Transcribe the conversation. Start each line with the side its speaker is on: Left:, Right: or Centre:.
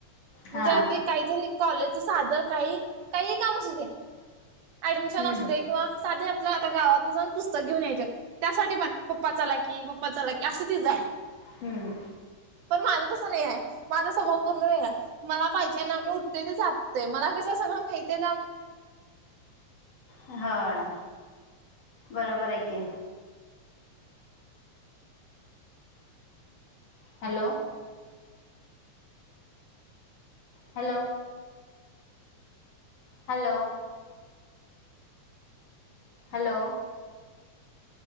Right: म्हणजे
Left: हा
Right: अगदी काहीतरी कॉलेजच साधं काही काहीहि काम असुदे ऍडमिशन
Left: हम्म
Right: असूदे किंवा साधे आपलं आता गावातन जाऊन पुस्तक घेऊन यायच्या आहेत. त्यासाठी पण पप्पा चला कि पप्पा चला की असं तीच आहे.
Left: हम्म
Right: पण माझं तसं नाही आहे. माझा स्वभाव पूर्ण वेगळा आहे. मला पाहिजे ना मी उठतोय ते जातोय मला कसं सगळं माहितीये त्या
Left: होय. बरोबर आहे की. Hello hello hello hello